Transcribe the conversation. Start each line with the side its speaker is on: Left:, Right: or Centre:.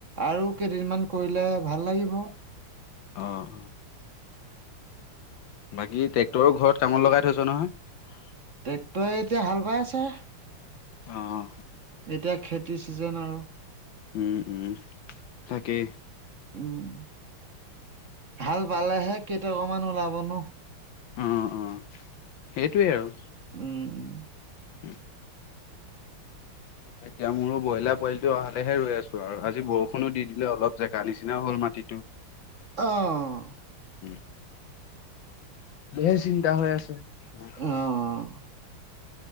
Right: আৰু- কেইদিনমান কৰিলে ভাল লাগিব।
Left: অঁহ বাকী ট্ৰেক্টৰো ঘৰত কামত লগাই থৈছ নহয়?
Right: ট্ৰেক্টৰে এতিয়া হা'ল বাই আছে।
Left: অঁ
Right: এতিয়া খেতিৰ চিজেন আৰু।
Left: উম' উম'তাকেই।
Right: উম' হা'ল বালেহে কেইটামান- ওলাব ন।
Left: অঁ অঁ সেইটোৱেই আৰু।
Right: উম' উম'
Left: উম' এতিয়া মোৰো ব্ৰইলাৰ পোৱালিটো অহালে হে ৰৈ আছো আৰু। আজি বৰষুণো দি দিলে অলপ জেগা নিচিনাও হ'ল মাটিটো।
Right: আঁহ
Left: উম। দেছি দিগ দা হৈ আছে। উ
Right: অ',